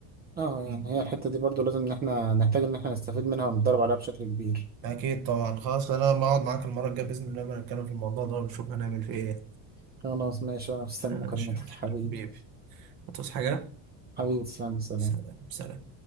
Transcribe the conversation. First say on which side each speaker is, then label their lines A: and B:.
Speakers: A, on the right; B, on the right.
A: اه يعني
B: مم.
A: هي الحته دي برضو لازم ان احنا نحتاج ان احنا نستفيد منها ونتدرب عليها بشكل كبير
B: أكيد طبعا خلاص أنا بقعد معاك المرة الجاية بإذن الله لما نتكلم في الموضوع ده ونشوف هنعمل فيه إيه
A: خلاص ماشي أنا مستني
B: ماشي
A: مكالمتك
B: يا باشا.
A: حبيبي
B: حبيبي هتصحى حاجة؟
A: حبيبي تسلم سلام
B: سلام سلام